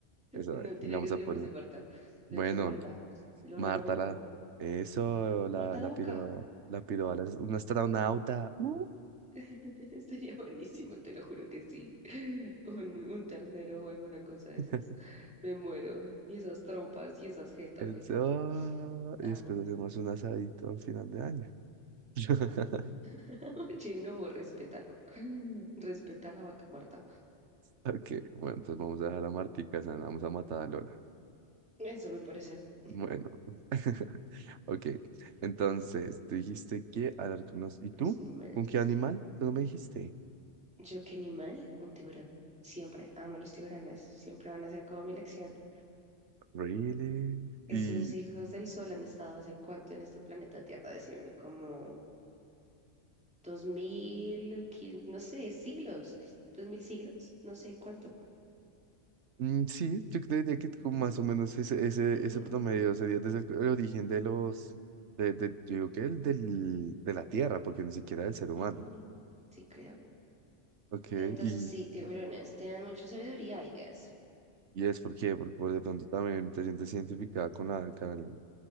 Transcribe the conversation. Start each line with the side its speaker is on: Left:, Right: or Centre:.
Right: eso,
Centre: No
Right: ¿qué
Centre: tiene
Right: le vamos
Centre: que ser
Right: a poner?
Centre: llamarse Marta. Debe
Right: Bueno,
Centre: ser Marta. Lola,
Right: Marta,
Centre: no.
Right: la, eso,
Centre: Marta
Right: la,
Centre: la
Right: la
Centre: vaca.
Right: pido, la pido a las- una astronauta. ¡uh!
Centre: <laughs> Estaría buenísimo, te lo juro que sí. <laughs> Un, un ternero o alguna cosa de
Right: <laughs>
Centre: esas. Me muero. Y esas trompas y esas jetas
Right: Eso.
Centre: me encantan.
Right: Y
Centre: Amo.
Right: después hacemos un asadito al final de año. <laughs>
Centre: <laughs> Oye, no, respétalo. <laughs> Respeta a la vaca Marta.
Right: Ok, bueno, entonces vamos a dejar a Martica sana, vamos a matar a Lola.
Centre: Eso me parecen
Right: Bueno, <laughs> ok. Entonces, tú dijiste que hablar con los- ¿Y tú?
Centre: los animales.
Right: ¿Con qué animal? ¿Tú no me dijiste?
Centre: Yo, qué animal, un tiburón. Siempre amo los tiburones. Siempre van a ser como mi elección.
Right: Really?
Centre: Esos
Right: y
Centre: hijos del sol han estado hace cuánto en este planeta Tierra, decime, como dos mil, quin- no sé, siglos, dos mil siglos, no sé cuánto.
Right: Mm, Sí, yo diría que como más o menos ese, ese,
Centre: Ujú,
Right: ese promedio sería desde el, el origen de los, de, de- yo digo que el del, de la Tierra, porque ni siquiera del ser humano.
Centre: ujú. Sí, creo.
Right: Ok,
Centre: Entonces,
Right: y,
Centre: sí, tiburones, tienen mucha sabiduría, I guess,
Right: y es porque, por, por de pronto también te sientes identificada con la, con,